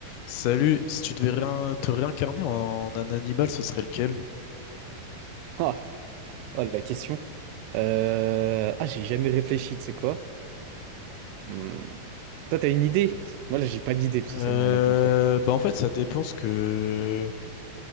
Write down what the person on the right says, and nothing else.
Ah, oh, la question. Euh, Ah, j'ai jamais réfléchi, tu sais quoi? Hmm. Toi, t'as une idée? Parce que Moi, là, j'ai pas d'idée, spécialement,
là, comme ça.